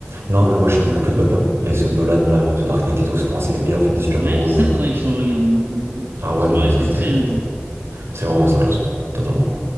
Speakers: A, on the right; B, on the right.
A: Non, mais moi, je suis beaucoup plus Batman. Les ceux de Nolan, là, The Dark Knight et tout, c'est pour moi, c'est les meilleurs films
B: C'est
A: de super-héros.
B: vrai que ça,
A: il Y a...
B: faudrait que je re-regarde, en vrai, pour le coup.
A: Ah
B: Parce
A: ouais,
B: qu'en
A: non,
B: vrai,
A: mais
B: ça
A: ça,
B: fait
A: c'est.
B: très longtemps.
A: C'est vraiment masterclass, totalement.